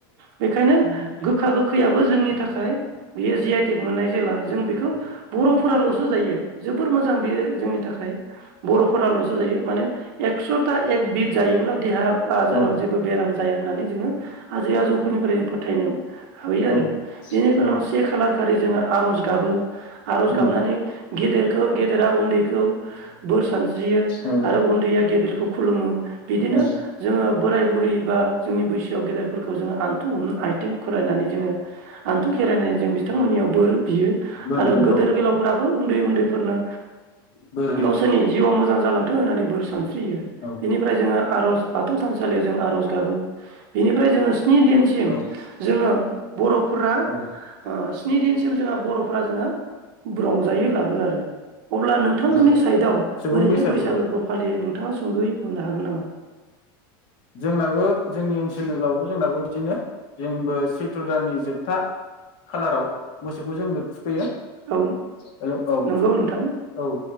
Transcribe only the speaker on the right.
बेनिखायनो गोखा गोखैयाबो जोंनि थाखाय बेयो जि आइ तेक मोननाय जेला जों बेखौ बरफोरालसो जायो जोबोर मोजां बेयो जोंनि थाखाय बर'फोरालसो जायो माने एक्स ता एक बिद जायोब्ला देहा आजाराव
जेबो बेराम जा जाया होननानै जोङो आजै आजौफोरनिफ्राय फोथायनो हाबायो
आरो
बेनि उनाव
से खालार खालि जोङो आर'ज गाबो आर'ज
गाबनानै देर गेदेरा उन्दैखौ बोर सानस्रियो
आरो उन्दैया गेदेरखौ खुलुमो बिदिनो
जोङो बोराय बुरै बा जोंनि बैसोआव गेदेरफोरखौ जोङो आन्थु हमनो आइथिं खरायनानै जोङो आनथु खेरायनाय जों बिथांमोननियाव बोर बियो
आरो
गोदोर
गोलावफोरा औ उन्दै उन्दैफोरनो
गावसोरनि जिउआव मोजां जालां थों होननानै बोर सानस स्रियो
बिनिफ्राय जोङो आर'ज बाथौ थानसालियाव जों आर'ज गाबो बिनिफ्राय जोङो स्नि दिनसिम
जोङो बर'फोरा
स्नि दिनसिम जोंहा बर'फोरा जोंङो रंजायो ला थाबो आरो अब्ला नोंथांमोननि
साइदआव
बोरैहाय
बैसागुखौ
फालियो नों थाङा सुंदयै बुंनो हागोन नामा
औ
नंगौ नोंथां